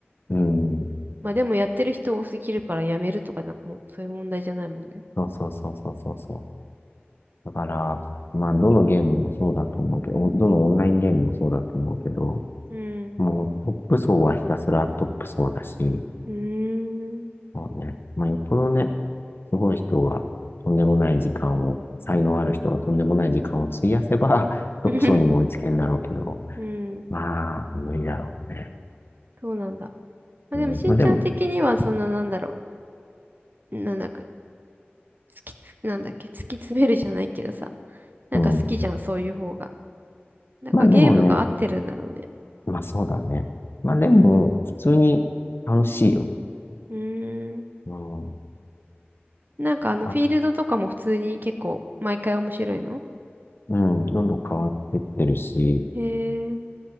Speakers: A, on the left; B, on the right.
A: うん、
B: まあでもやってる人多すぎるからやめるとかな、もうそういう問題じゃないもんね。
A: そうそうそうそうそうそう。だから、まあ、どのゲームもそうだと思うけど、おどのオンラインゲームもそうだと思うけど、
B: うん。
A: もうトップ層はひたすらトップ層だし、
B: うーん。
A: そうね。まあ、よっぽどね、すごい人がとんでもない時間を、才能ある人がとんでもない時間を費やせば、<laughs> トップ層にも追いつけんだろうけど、
B: <laughs> うん。
A: まあ、無理だろうね。
B: <laughs> そうなんだ。まあでもしんちゃん的にはそんななんだろ
A: うん、まあでも、
B: う。なんだか、突きつ、なんだっけ、突き詰めるじゃないけどさ。なんか好きじゃん、
A: うん、
B: そういう方が。なんかゲームが合ってるんだろうね。
A: まあでもね、まあそうだね。まあでも、普通に楽しいよ。
B: うーん。
A: うん。
B: なんかあのフィールドとかも普通に結構毎回面白いの
A: あ、うん、どんどん変わってってるし、
B: へえ。